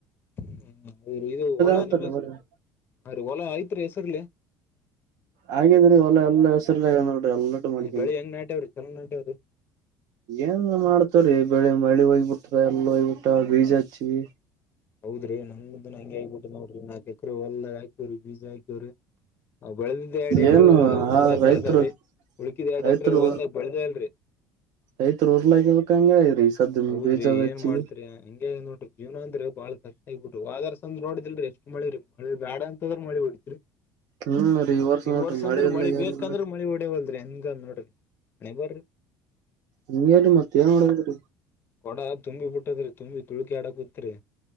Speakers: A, on the left; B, on the right.
A: ಹ್ಮ ಇದು ಹೊಲ
B: ಅಂತರಿ
A: ನಿಮ್ಮ್ರ
B: ಬರ್ರಿ
A: ಹೊಲ ಆಯ್ತ ಅತ್ರ ಹೆಸರಿಲ್ಲ
B: ಹಾಗೇದ್ರೀ ಒಲ್ಲ ಎಲ್ಲ ಹೆಸರ್ ಎಲ್ಲಟು ಮಾಡಕೊಂಡಿ
A: ಬೆಳಿ ಹೆಂಗ್ ನಾಟ್ಯಾವ್ರಿ ಚಲೋ ನಾಟ್ಯಾವ್ರಿ
B: ಏನ್ ಮಾಡ್ತವ್ರೀ ಬೆಳೆ ಮಳೆ ಹೋಗ್ಬಿಟ್ಟ್ರ ಎಲ್ಲ ಹಯ್ಬಿಟ್ಟ ಬೀಜ ಹಚ್ಚಿವ
A: ಹೌದ್ರಿ ನಂಗ್ದು ಹಂಗೆ ಆಗಬಿಟ್ಟು ನೋಡ್ರಿಾಕ ಕವ ಕೊಬ ್ ಬೆಳೆದಿದ್ದ ಎರಡ್ ಎಕರೆ
B: ಏನು ಆ
A: ಒಂದಾಗ
B: ರೈತರು
A: ಬೆಳೆದಾವ್ರಿ ಉಳಕಿದ್ ಎರಡ್
B: ರೈತರು
A: ಎಕರೆ ಒಂದಾಗ ಬೆಳದ ಅಲ್ರಿ
B: ರೈತರು ಉರ್ಲಾಗಿಬೇಕಂಗ ರೀ ಸದ್ದ
A: ಹೌದ್ರಿ
B: ಬೀಜದ ಹಚ್ಚಿ
A: ಏನ್ ಮಾಡ್ತ್ರಿ ಹಿಂಗಗೆ ನೋಡ್ರಿ ಜೀವನ ಅಂದ್ರೆ ಬಾಳ ಕಷ್ಟ ಆಗ್ಬ ಬಿಿಟ್ಟು ಅಾರ್ಸಂದ ನೋಡಿಲ್ರಿಷ್ಟ ಮಳಿರಿ ಮಳಿ ಬ್ಯಾಡ ಅಂತ ಅದ್ರ ಮಳಿ ಹೊಡಿತತ್ರಿ
B: ಹ್ಮ್ ರೀ
A: ಈ
B: ನೋಡ್ರಿ
A: ವರ್ಷ
B: ಮಳೆ
A: ಅಂದ್ರೆ
B: ಇಲ್ಲ
A: ಮಳಿ
B: ಏನಿಲ್ಲ
A: ಬೇಕಂದ್ರೆ ಮಳಿ ಒಡೆವಲ್್ರಿ ಹೆನ್ ಅ ಬ
B: ಹಗೆಲ್ಲ ಮತ್ತ ಮಾಡೋಡ
A: ಕೊಡ ತುಂಬಿ ಬಿಟ್ಟದ್ರರಿ ತುಂಬಿ ತುಳ್ಕಿ ಆಡ ಕುೂತ್ರಿ